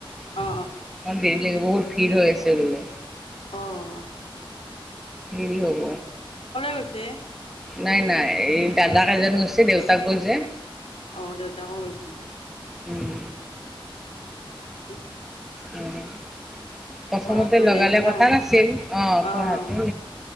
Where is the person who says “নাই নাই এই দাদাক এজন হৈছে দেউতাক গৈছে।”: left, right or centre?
Centre